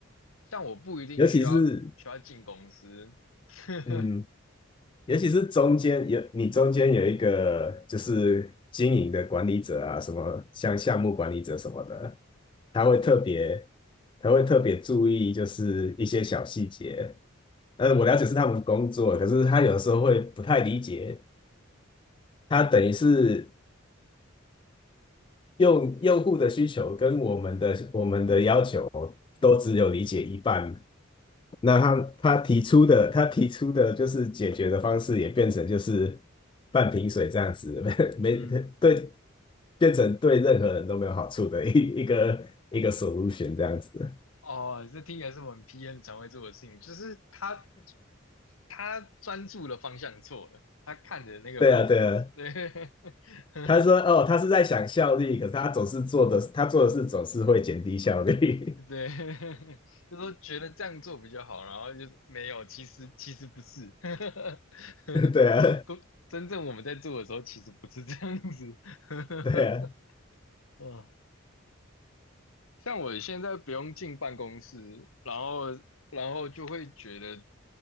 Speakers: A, on the left (about 80°); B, on the left (about 25°).
A: 像我不一定需要需要进公司，
B: 尤其是
A: <laughs>
B: 嗯，尤其是中间有你中间有一个就是经营的管理者啊，什么像项目管理者什么的，他会特别他会特别注意就是一些小细节。呃，
A: 嗯
B: 我了解是他们工作，可是他有的时候会不太理解，他等于是用用户的需求跟我们的我们的要求都只有理解一半，那他他提出的他提出的就是解决的方式也变成就是半瓶水这样子，<laughs> 没没对，
A: 嗯，
B: 变成对任何人都没有好处的一一个一个 solution 这样子。
A: 哦，这听起来是我们 p n 常会做的事情，就是他他专注的方向错了，他看着那个方向是，
B: 对啊，对啊。
A: 对，<laughs>
B: 他说：“哦，他是在想效率，可是他总是做的，他做的事总是会减低效率。
A: 对，<laughs> 就说觉得这样做比较好，然后就是没有，其实其实不是，<laughs>
B: <laughs>”对啊，
A: 公真正我们在做的时候，其实不是这样子。<laughs>
B: 对啊。
A: 嗯，像我现在不用进办公室，然后然后就会觉得，